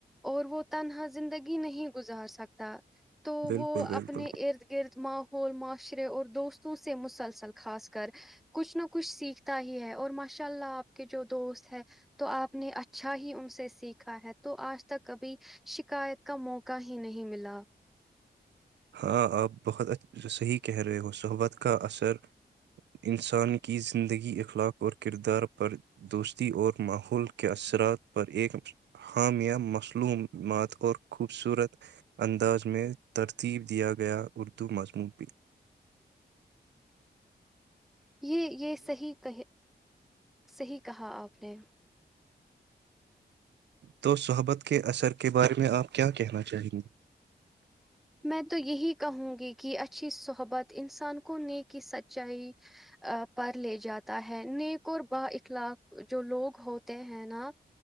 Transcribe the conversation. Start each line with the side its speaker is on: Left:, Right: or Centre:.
Centre: اور وہ تنہا زندگی نہیں گزار سکتا تو
Right: بالکل
Centre: وہ
Right: بالکل
Centre: اپنے ارد گرد ما ہو معاشرے اور دوستوں سے مسلسل خاص کر کچھ نہ کچھ سیکھتا ہی ہے اور ماشاء اللہ آپ کے جو دوست ہے تو آپ نے اچھا ہی ان سے سیکھا ہے تو آج تک کبھی شکایت کا موقع ہی نہیں ملا
Right: ہاں آپ بہت صحیح کہہ رہے ہو صحبت کا اثر انسان کی زندگی اخلاق اور کردار پر دوستی اور ماحول کے اثرات پر ایک حامیہ مصلومات اور خوبصورت انداز میں تر ترتیب دیا گیا اردو مضمون بھی
Centre: یہ یہ صحیح کہے صحیح کہا آپ نے
Right: تو صحبت کے اثر کے بارے میں آپ کیا کہنا چاہیں گے
Centre: میں تو یہی کہوں گی کی اچھی صحبت انسان کو نیکی سچائی پر لے جاتا ہے نیک اور با اخلاق جو لوگ ہوتے ہیں نہ